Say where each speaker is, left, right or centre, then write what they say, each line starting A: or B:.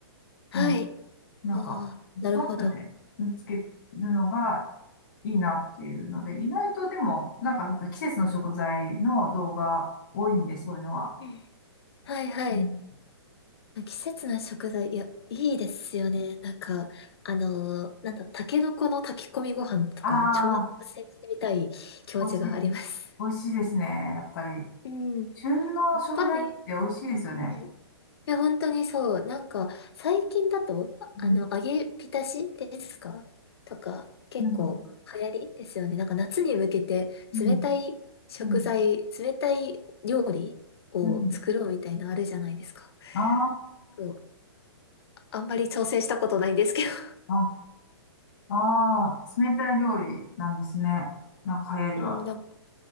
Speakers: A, on the left (about 65°); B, on the left (about 45°).
A: はい。
B: うん。なんか、
A: ああ、なるほど。
B: そうやってね、見つけるのがいいなっていうので、意外とでも、なんかやっぱ季節の食材の動画多いんで、そういうのは。
A: うん。はいはい。
B: うん
A: 季節の食材、いや、いいですよね。なんか、あのーなんだ、タケノコの炊き込みご飯とか、
B: あ
A: 挑戦してみたい気持ちがあります。
B: あ、美味しい、美味しいですね。やっぱり、
A: うん、
B: 旬の食材って美味しいですよね。
A: やっぱり、うんいや、本当にそう。なんか、最近だと、ああの、
B: うん
A: 揚げ浸しですかとか、結構流行りですよね。
B: うん、
A: なんか、夏に向けて、
B: うん、
A: 冷たい食材、
B: うん、
A: 冷たい料理を作ろうみたいなのあるじゃないですか。
B: うん。あ
A: そうあんまり挑戦したことないんですけど。
B: あ、あ、ああ、冷たい料理なんですね。なんか流行りは。
A: うん、な、